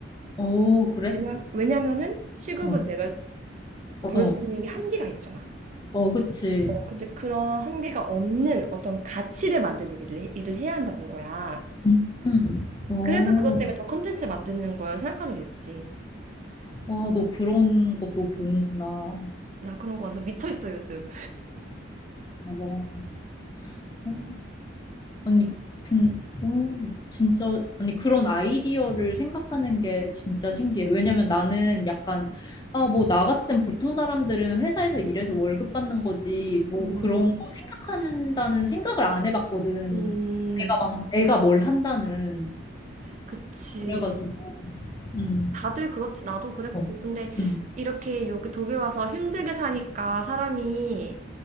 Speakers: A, on the left; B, on the right.
A: 어, 그래?
B: 왜냐, 왜냐면은 시급은
A: 어.
B: 내가
A: 어,
B: 벌 수 있는 게 한계가 있잖아.
A: 어, 그치.
B: 어, 근데 그런 한계가 없는 어떤 가치를 만드는 일을, 일을 해야 한다는 거야.
A: 음, 음, 어,
B: 그래서 그것 때문에 더 컨텐츠 만드는 걸 생각하게 됐지.
A: 와, 너 그런 것도 보는구나.
B: 나 그런 거 완전 미쳐 있어, 요즘.
A: 맞아. 어, 아니, 근, 어, 진짜, 아니, 그런 아이디어를 생각하는 게 진짜 신기해. 왜냐면 나는 약간, 아, 뭐, 나 같은 보통 사람들은 회사에서 일해서 월급 받는 거지, 뭐,
B: 음,
A: 그런 거 생각한다는 생각을 안 해봤거든.
B: 음,
A: 내가 막, 내가 뭘 한다는.
B: 그치.
A: 그래가지고, 음,
B: 다들 그렇지. 나도 그랬고.
A: 어,
B: 근데
A: 음,
B: 이렇게 여기 독일 와서 힘들게 사니까 사람이